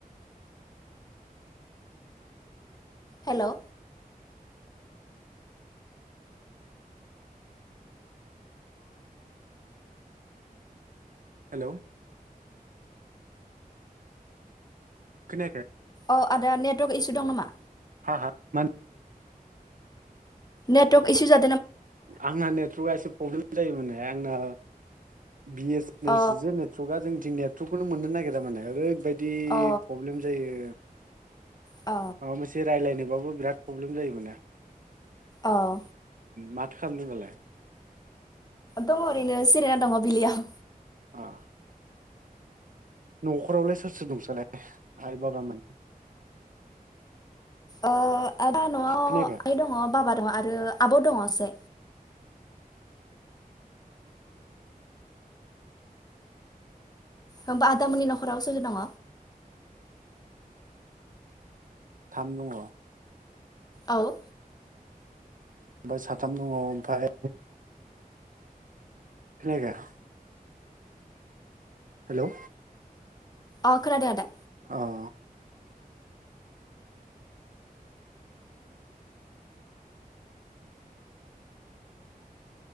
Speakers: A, on the left; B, on the right.
A: हेलौ
B: हेलौ खोनायाखै
A: औ आदा नेटवर्क इसु दं नामा
B: हा हा मान
A: नेटवक इसु जा
B: आंना नेट्रखा एसे प्रब्लेम जायोमोनहे आंना बि एस सेनेल
A: अ
B: सो जे नेट्रका जोंथिं ने थ्रु खौनो मोननो नागिरा मान ओरैबाय दि
A: अ
B: पब्लेम जायो
A: अ
B: माबा मोनसे राय्लायनोबाबो बिराद पब्लेम जायो मोने
A: अह
B: माथो खामदो दालाय
A: दङ ओरैनो जिरायना दङ बिलियाव
B: आ न'खरावलाय सोर सोर दं नोंसालाय आइ बाबामोन
A: ओ आदा न'आव
B: खोनायाखै?
A: आइ दङ बाबा दङ आ रो आब' दङ असे होमबा आदामोनि न'खराव सोर सोर दङ
B: थाम दङ
A: औ
B: बाय साथाम दङ ओमफाय खोनायाखै हेलौ
A: अ खोनादो आदा
B: अह